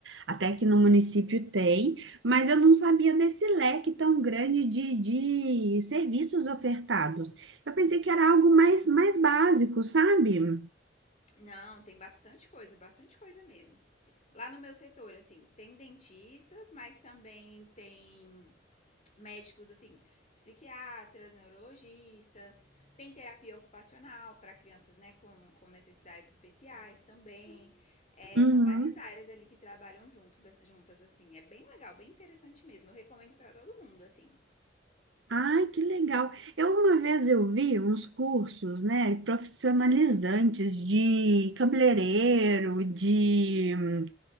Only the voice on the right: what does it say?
até que no município tem, mas eu não sabia desse leque tão grande de, de serviços ofertados. Eu pensei que era algo mais, mais básico, sabe?
Uhum.
Ai, que legal. Eu uma vez eu vi uns cursos, né, profissionalizantes de cabeleireiro, de hum,